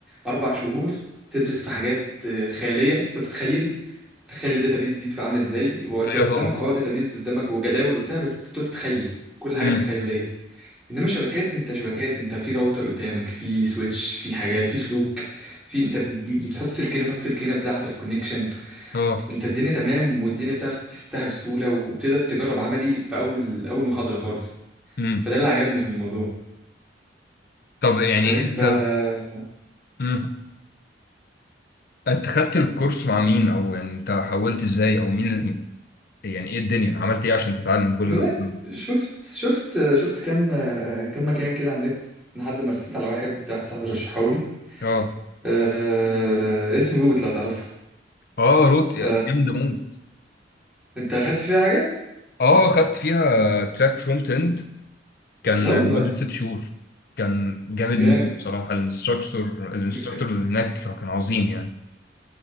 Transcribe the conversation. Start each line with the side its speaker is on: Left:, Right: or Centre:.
Centre: أربع شهور تدرس في حاجات خيالية بتقعد تتخيل تخيل الداتابيز دي بتبقى عاملة ازاي هو انت
Left: ايوه
Centre: قدامك
Left: طبعا
Centre: اه داتابيز قدامك وجداول وبتاع بس بتقعد تتخيل كل
Left: مم.
Centre: حاجة تخيلية انما شبكات انت شبكات انت في راوتر قدامك في سويتش في حاجات في سلوك في انت ب- بتحط سلك هنا بتحط سلك هنا بتلاقي حصل كونكشن
Left: اه
Centre: انت الدنيا تمام والدنيا بتعرف تستها بسهوله وبتقدر تجرب عملي في اول اول محاضره خالص
Left: امم
Centre: فده اللي عجبني في الموضوع
Left: طب يعني
Centre: فاهم
Left: انت
Centre: ف اه
Left: امم انت خدت الكورس مع مين او يعني انت حولت ازاي او مين اللي... يعني ايه الدنيا عملت ايه عشان تتعلم كل
Centre: لا
Left: ده مم.
Centre: شفت شفت شفت كم كم مكان كده على النت لحد ما رسيت على واحد واحد صاحبي رشحه لي
Left: اه
Centre: أه... اسمه روت لو تعرفه
Left: اه روت
Centre: ف
Left: جامده موت
Centre: انت اخدت فيه حاجه
Left: اه خدت فيها تراك فرونت اند كان
Centre: لا والله
Left: لمده ست شهور كان جامد
Centre: جامد
Left: موت بصراحه الانستراكتور الانستراكتور
Centre: ج-
Left: اللي هناك كان عظيم يعني